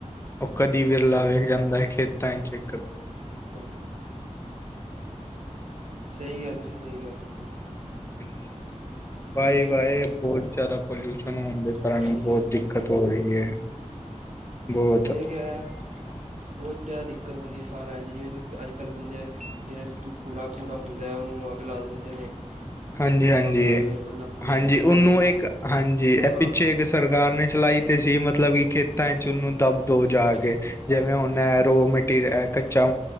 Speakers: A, on the left; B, on the right.
A: ਉਹ ਕਦੀ
B: ਸਹੀ
A: ਵਿਰਲਾ
B: ਕਿਹਾ
A: ਵੇਖ ਜਾਂਦਾ ਐ। ਖੇਤਾਂ ਚ ਇੱਕ
B: ਹਾਂ ਸਹੀ ਕਿਆ ਤੁਸੀਂ ਸਹੀ ਕਿਆ ਬਿਲਕੁਲ
A: ਹੂੰ, ਬਾਏ-ਬਾਏ
B: ਹੈਨਾ ਜੀ
A: ਬਹੁਤ ਜ਼ਿਆਦਾ ਪੋਲਿਊਸ਼ਨ ਹੋਣ ਦੇ ਕਾਰਨ
B: ਹਾਂਜੀ
A: ਬਹੁਤ
B: ਹਾਂਜੀ
A: ਦਿੱਕਤ ਹੋ ਰਹੀ ਹੈ, ਬਹੁਤ
B: ਗ ਬਹੁਤ ਜ਼ਿਆਦਾ ਦਿੱਕਤ ਹੁੰਦੀ ਹੈ ਸਾਹ ਲੈਣ ਜਿਵੇਂ ਤੁਸੀਂ ਅੱਜ ਕੱਲ੍ਹ ਬੰਦੇ ਜਿਹੜੇ ਤੂੰ ਕੂੜਾ -ਕੂੜਾ ਹੁੰਦਾ, ਉਹਨੂੰ ਅੱਗ ਲਾ ਦਿੰਦੇ ਨੇ
A: ਹਾਂਜੀ
B: ਕੂੜੇ
A: ਹਾਂਜੀ
B: ਨੂੰ ਅੱਗ ਲਾ ਦਿੰਦੇ ਉਹਦੇ
A: ਹਾਂਜੀ
B: ਨਾਲ ਕਿੰਨਾ
A: ਉਹਨੂੰ
B: ਮਿੱਠਾ
A: ਇੱਕ ਹਾਂਜੀ ਇਹ ਪਿੱਛੇ
B: ਹਾਂ
A: ਇੱਕ ਸਰਕਾਰ ਨੇ ਚਲਾਈ ਤੇ ਸੀ ਮਤਲਬ ਕਿ ਖੇਤਾਂ ਚ ਉਹਨੂੰ ਦੱਬ ਤੋ ਜਾ
B: ਹਾਂ
A: ਕੇ ਜਿਵੇਂ ਹੁਣ ਹੈ ਰੋ ਮਟੀਰੀਅਲ ਕੱਚਾ